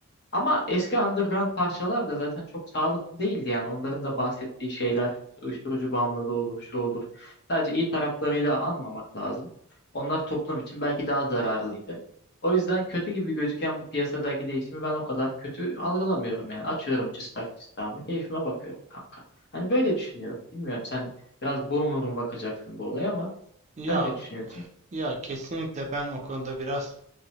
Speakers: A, on the left; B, on the right.
A: Ama eski underground parçalar da zaten çok sağlıklı değildi yani. Onların da bahsettiği şeyler işte uyuşturucu bağımlılığı olur, şu olur. Sadece iyi taraflarıyla anmamak lazım. Onlar toplum için belki daha zararlıydı. O yüzden kötü gibi gözüken bu piyasadaki değişimi ben o kadar kötü algılamıyorum yani. Açıyorum cıstak cıstağımı, keyfime bakıyorum kanka. Hani böyle düşünüyorum. Bilmiyorum sen biraz boomer'un bakacaksın bu olaya ama
B: Ya
A: sen ne düşünüyorsun?
B: ya kesinlikle ben o konuda biraz